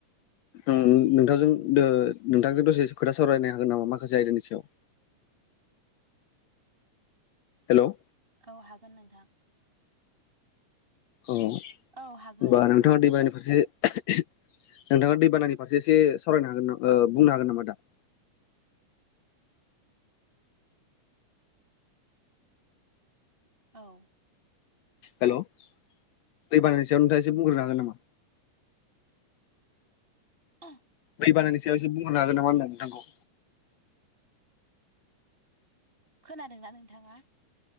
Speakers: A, on the left; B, on the right.
A: नोंथांजों दो नोंथांजों दसे खोथा सावरायनो हागोन नामा माखासे आयदानि सायाव <inaudible> हेल'
B: औ हागोन नोंथां
A: औ होनोमबा
B: औ हागोन
A: नोंथाङा दैबानानि फारसे ओह नोंथांआ दैबानानि फारसे एसे सावरायनो हागोनामा ओ बुंनो हागोन नामा दा <inaudible>
B: औ
A: हेल' दै बानानि सायाव नोंथां एसे बुंग्रोनो हागोन नामा?
B: <inaudible>
A: दै बानानि सायाव एसे बुंहरनो हागोन नामा होनदों आं नोंथांखौ
B: खोनादोंना नोंथांआ